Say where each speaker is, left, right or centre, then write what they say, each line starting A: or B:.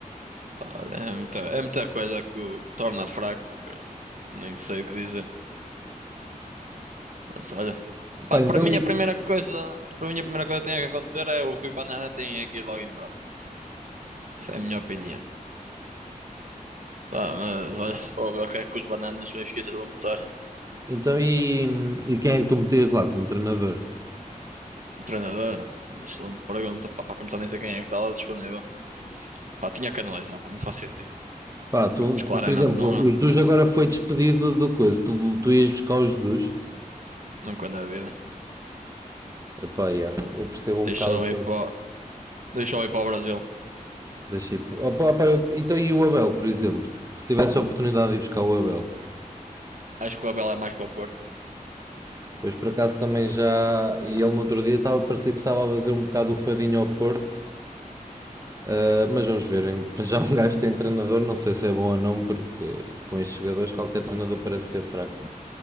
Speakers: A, on the right; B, on the right.
A: Pá, olha, é muita, é muita coisa que, o- que o torna fraco, que, que nem sei o que dizer. Mas olha, pá,
B: Pá, então
A: para mim
B: e,
A: a primeira coisa, para mim a primeira coisa que tem que acontecer é o Rui Banana tem que ir logo embora. Essa É a minha opinião. Pá, mas olha, vou ver o que é que os bananas bem esqueças vão botar.
B: então, e, e quem é que tu metias lá como treinador?
A: Um treinador? Olha, Excelente pergunta. Pá, para começar, nem sei quem é que está lá disponível. Pá, tinha que analisar, pá, não faço ideia.
B: Pá, tu,
A: Pá, mas
B: tu-
A: claramente
B: por exemplo,
A: não, eu.
B: o Jesus agora foi despedido do coisa, tu, tu ias buscar o Jesus?
A: Nunca na vida.
B: Epá, yeah, eu percebo
A: Deixa
B: um bocado
A: eu
B: o teu.
A: ir para, o- deixa eu ir para o Brasil.
B: Deixei. Opa, opa, eu- Então, e o Abel, por exemplo? Se tivesse a oportunidade de ir buscar o Abel,
A: Acho que o Abel é mais para o Porto.
B: pois por acaso também já. E ele no outro dia estava, parecia que estava a fazer um bocado o fadinho ao Porto, ah, mas vamos ver. em- Para já, um <laughs> gajo tem treinador, não sei se é bom ou não, porque com estes jogadores qualquer treinador parece ser fraco.